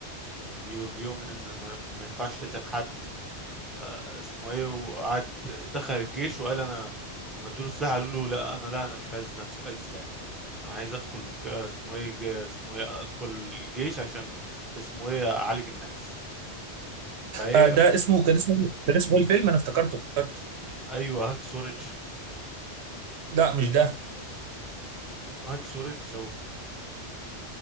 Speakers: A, in the centre; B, on the right (about 70°).
A: بي... بيؤمن ان ما... ما ينفعش تقتل حد آه، اسمه ايه وقعد دخل الجيش وقال انا لما ادوله سلاح قالوا له لا انا لا انا مش عايز امسك اي سلاح انا عايز ادخل ك- اسمه ايه ج- اسمه ايه ادخل الجيش عشان اسمه ايه اعالج الناس فايه
B: آه ده
A: ف...
B: اسمه كان اسمه كان اسمه ايه الفيلم انا افتكرته افتكرته
A: ايوه هاك سورج
B: لا مش ده
A: هاك سورج او